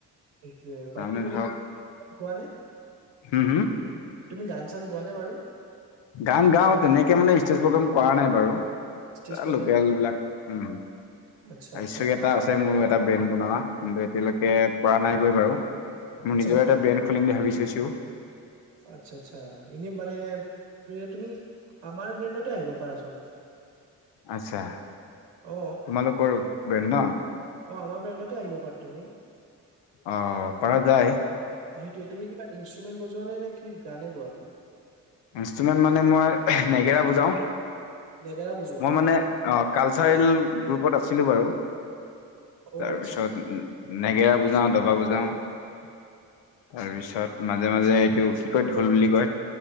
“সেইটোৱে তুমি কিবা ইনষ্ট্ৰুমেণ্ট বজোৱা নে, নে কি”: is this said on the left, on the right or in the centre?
Right